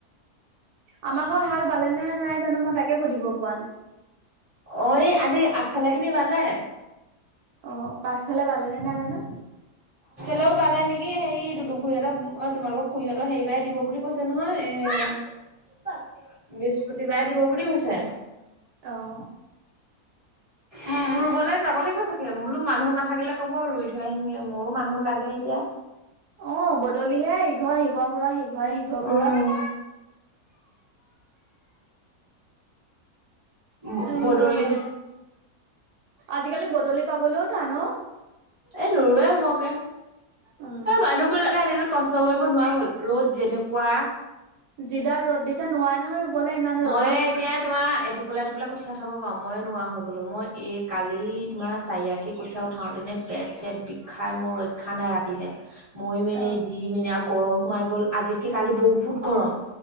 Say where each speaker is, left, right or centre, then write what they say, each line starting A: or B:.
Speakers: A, on the right; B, on the right.
A: আমা ঘ হাল বালেনে নাই জানো মই তাকে সুধিব পৱা নাই।
B: অ এ আজি আগফালে খিনি বালে।
A: অ পাছফালে বালেনে নাই জানো।
B: লেও পালে নেকি হেৰি দুলুখুইহেতক অ তোমালোক খুুৰীহঁত হেইবাই দিব বুলি কৈছে নহয় এ-। বৃহস্পতিবাৰে দিব বুলি হৈছে।
A: অঁ।
B: উম ৰুবলে যাব লাগিব চাগে বোলো মানুহ নাথাকিলে ক'ব ৰুই থৈ আহিমগে। মোৰো মানুহ লাগে এতিয়া।
A: অঁ বদলিহে ইঘৰ সিঘৰ ঘোৰা সিঘৰ সিঘৰ
B: উম
A: ঘোৰা।
B: ব
A: আঐ
B: বদলে।
A: আজিকালি বদলি পাবলৈও টান ঔ।
B: এ নোৰোৱে বকে
A: উম
B: এই মানুহ বিলাকে আজি কালি। কষ্ট কৰিব নোৱাৰা হ'ল, ৰ'দ যেনেকুৱা।
A: যিডাল ৰ'দ দিছে নোৱাই। নহয় ৰুবলৈ ইমান ৰ'দত
B: মই এতিয়া তোমাৰ। টোপলাই টোপালাই কঠীয়াা উঠাব পাওঁ মই নোৱা হৈ গ'লো মই এই কালি তোমাৰ চাৰিআশি কঠীয়া উঠাওঁতেনে। পেট চেট বিষাই মোৰ ৰক্ষা নাই ৰাতিলে। মৰিমে
A: অ
B: নে যিমেনে আৰু গৰম সোমাই গ'ল আজিতকে কালি বহুত গৰম।